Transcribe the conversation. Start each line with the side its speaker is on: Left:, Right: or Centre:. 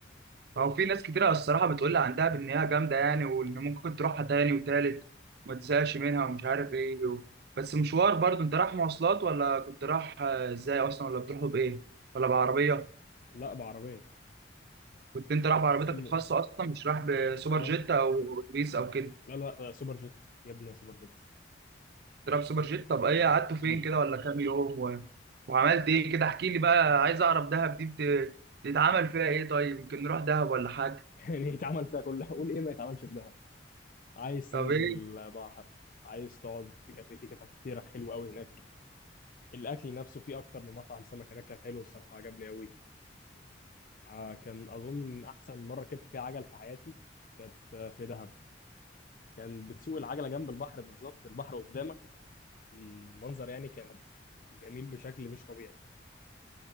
Right: هو في ناس كتيرة الصراحة بتقول لي عن دهب إن هي جامدة يعني وإن ممكن تروحها تاني وتالت وما تزهقش منها ومش عارف إيه و... بس مشوار برضه أنت رايح مواصلات ولا كنت رايح آه، إزاي أصلا ولا بتروحوا بإيه ولا بعربية
Left: لا بعربيه
Right: كنت أنت رايح بعربيتك
Left: بس م...
Right: الخاصة أصلا مش رايح بسوبر
Left: اه
Right: جيت أو أتوبيس أو كده
Left: لا لا لا، سوبر جيت جبنا سوبر جيت
Right: كنت رايح بسوبر جيت طب إيه
Left: م-
Right: قعدتوا فين
Left: م.
Right: كده ولا كام يوم و... وعملت إيه كده احكي لي بقى عايز أعرف دهب دي بت... بتتعمل فيها إيه طيب يمكن نروح دهب ولا حاجة
Left: <laughs> يعني يتعمل فيها كلها قول ايه ما يتعملش في دهب عايز تنزل
Right: طب إيه
Left: بحر عايز تقعد في كافيه في كافيهات كتيرة حلوة أوي هناك الأكل نفسه فيه أكتر من مطعم سمك هناك كان حلو الصراحة عجبني أوي ع- كان أظن إن أحسن مرة ركبت فيها عجل في حياتي كانت آه، في دهب كان بتسوق العجلة جنب البحر بالظبط البحر قدامك المنظر يعني كان جميل بشكل مش طبيعي